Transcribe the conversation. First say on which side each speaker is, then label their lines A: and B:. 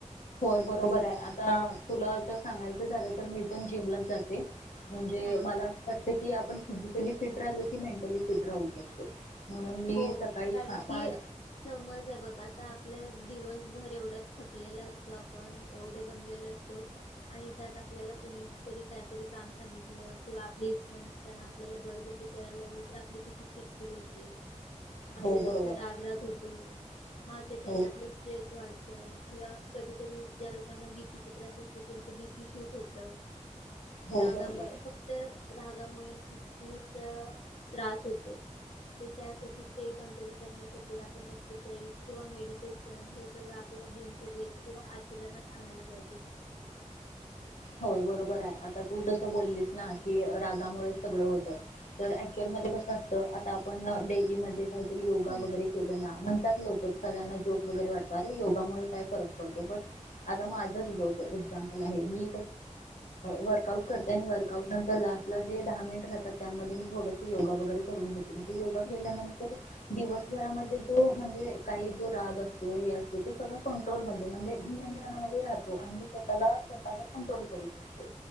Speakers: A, on the left (about 80°); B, on the left (about 60°).
A: होय बरोबर आहे आता तुला तर सांगायच झाल तर मी पण जिमलाच जाते. म्हणजे
B: हा
A: मला अस वाटत. कीती आपण फिजिकली फिट राहिलो की मेंटली फिट राहू शकतो. म्हणून मी
B: हो
A: सकाळी
B: कारण
A: पा- पाच
B: की समज ये बघ आता आपल्या दिवसभर एवढा थकलेला असतो आपण एवढ दमलेल असतो आणि त्यात आपल्याला कुणीतरी कायतरी काम सांगितल किंवा आपली इच्छा नसताना आपल्याला बळजबरी करायला लावल तर आपली किती चिडचिड होते. आपल्याला
A: हो बरोबर
B: असा रागराग
A: आहे
B: होतो. मार त्याच्याने
A: हो
B: आपला स्ट्रेस वाढ किंवा कधी कधी ज्या लोकांना बीपीचा त्रास असतो त्यांच बीपी शूट होत.
A: हो
B: रागामुळे
A: बरोबर
B: फक्त राग त्यामुळं कितीस त्रास होतो त्यासाठी ते कंट्रोल करण्यासाठी आपण एक्सरसाइज किंवा मेडिटेशन हे सगळ आपल्या दिनचर्येत किंवा आचरणात आणायला पाहिजे
A: होय बरोबर आहे आता तू जस बोललीस ना की रागामुळे सगळ होत तर ऍक्च्युअल मध्ये कस असत आता आपण डेली मध्ये म योगा
B: हम्म
A: वगैरे केल ना म्हणतात लोक सगळ्यांना जोक वगैरे वाटत अरे योगामुळे काय फरक पडतो बट आता माझच एक्झाम्पल आहे मी वर्कआउट करते आणि वर्कआउट नंतर लास्ट ला जे दहा मिनिट राहतात त्यामध्ये मी थोडस योगा वगैरे करून घे योगा
B: हम्म
A: केल्यानंतर दिवसभरामध्ये जो म्हणजे काही जो राग असतो हे असतो त सगळ कंट्रोलमध्ये म्हजे नियंत्रणामध्ये
B: हम्म.
A: राहत आणि मी स्वतःला स्वतःवर कंट्रोल करू शकतो